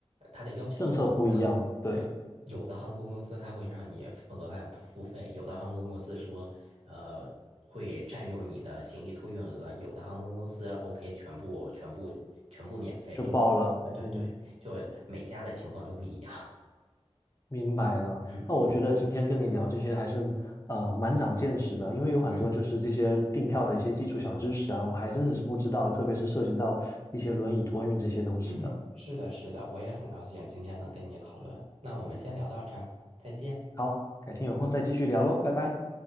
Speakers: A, on the right; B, on the left.
A: 它的要求都不一样，
B: 政策不一样，对，
A: 对，有的航空公司它会让你额外付费，有的航空公司说，呃，会占用你的行李托运额，有的航空公司 OK 全部全部全部免费，
B: 就报了。
A: 就对对对，
B: 嗯。
A: 就每家的情况都不一样。<laughs>
B: 明白了，
A: 嗯
B: 那我觉得今天跟你聊这些还是呃蛮长见识的，因为有很多就是这些订票的一些基础小知识啊，
A: 嗯
B: 我还真的是不知道，
A: 嗯
B: 特别是涉及到一些轮椅托运这些东西的。
A: 嗯，是的，是的，我也很高兴今天能跟你讨论。那我们先聊到这儿，再见。
B: 好，改天有空再继续聊喽，拜拜。